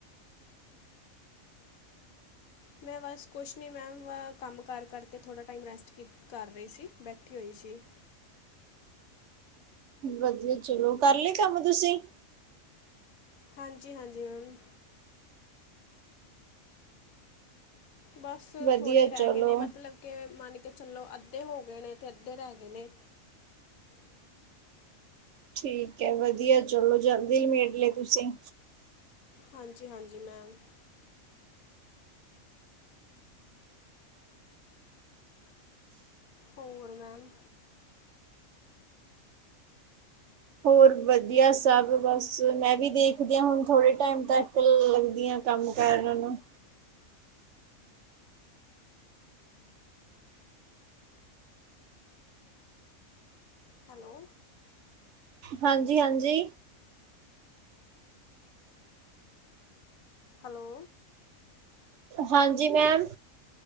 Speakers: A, on the left (about 85°); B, on the right (about 65°).
A: ਮੈਂ ਬਸ ਕੁਝ ਨਹੀਂ ਮੈਮ ਕੰਮ ਕਰ-ਕਰਕੇ ਥੋੜ੍ਹਾ ਟਾਈਮ ਰੈਸਟ ਕੀ ਕਰ ਰਹੀ ਸੀ ਬੈਠੀ ਹੋਈ ਸੀ।
B: ਵਧੀਆ ਚਲੋ ਕਰ ਲਏ ਕੰਮ ਤੁਸੀਂ?
A: ਹਾਂਜੀ-ਹਾਂਜੀ ਮੈਮ। ਬਸ
B: ਵਧੀਆ
A: ਥੋੜ੍ਹੇ
B: ਚਲੋ
A: ਰੈ ਗਏ ਨੇ ਮਤਲਬ ਕਿ ਮੰਨ ਕੇ ਚਲੋ ਅੱਧੇ ਹੋ ਗਏ ਨੇ ਅਤੇ ਅੱਧੇ ਰੈ ਗਏ ਨੇ।
B: ਠੀਕ ਐ ਵਧੀਆ ਚਲੋ ਜੀ ਆਂਦੇ ਈ ਮੇਟ ਲੇ ਤੁਸੀਂ
A: ਹਾਂਜੀ-ਹਾਂਜੀ ਮੈਮ ਹੋਰ ਮੈਮ
B: ਹੋਰ ਵਧੀਆ ਸਭ ਬਸ ਮੈਂ ਵੀ ਦੇਖਦੀ ਹੁਣ ਥੋੜੇ ਟਾਈਮ ਤੱਕ ਲੱਗਦੀ ਆਂ। ਕੰਮ ਕਰਨ ਨੂੰ
A: ਹੈਲੋ
B: ਹਾਂਜੀ-ਹਾਂਜੀ
A: ਹੈਲੋ
B: ਹਾਂਜੀ ਮੈਮ